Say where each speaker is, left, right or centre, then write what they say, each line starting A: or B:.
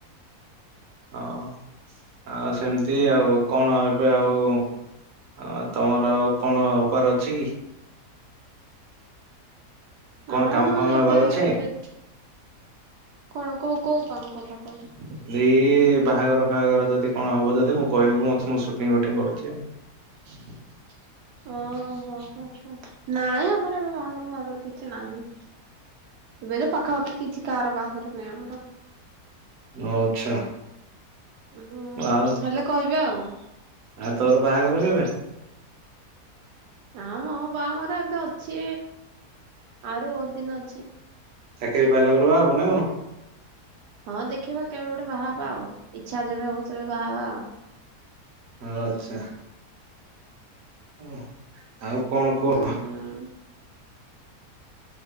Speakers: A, on the right; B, on the right.
A: ହଁ ଆଉ ସେମିତି ଆଉ କଣ ଏବେ ଆଉ ଆ ତମର ଆଉ କଣ ହବାର ଅଛି କି? କଣ
B: ହଁ
A: କାମ ଫାମ
B: ଏବେ
A: ହେବାର ଅଛି?
B: ଏବେ କଣ କୋଉ କୋଉ କାମ କଥା କୋଉ
A: ଏଇ ବାହାଘର ଫାହାଘର ଯଦି କଣ ହବ ଯଦି ମୁଁ କହିବୁ ମତେ ମୁଁ ସୁଟିଂ ଫୁଟିଂ କରୁଚି ଆଉ।
B: <inaudible> ଓହୋ ହୋ ହୋ ନାଇଁ ଆମର ଏବେ ବାହାଘର ପାହାଘର କିଛି ନାହିଁ। ଏବେ ତ ପାଖାପାଖି କିଛି କାଆର ବାହାଘର ନାହିଁ ଆମର।
A: ଓ ଆଚ୍ଛା।
B: ହେ ହୁଁ
A: ଆଉ
B: ହେଲେ କହିବି ଆଉ।
A: ଆଉ ତୋର ବାହାଘର କେବେ?
B: ନା ମୋ ବାହାଘର ଏବେ ଅଛି ଆଉରି ବହୁତ ଦିନ ଅଛି।
A: ଚାକିରି ପାଇଲା ପରେ ବା ହବୁ ନା କଣ?
B: ହଁ ଦେଖିବା କେବେ ଗୋଟେ ବାହା ହେବା ଆଉ ଇଚ୍ଛା ଯେବେ ହବ ସେବେ ବାହା ହେବା ଆଉ।
A: ଆଉ ଆଚ୍ଛା। ଓ ଆଉ କଣ କୁହ?
B: ହୁଁ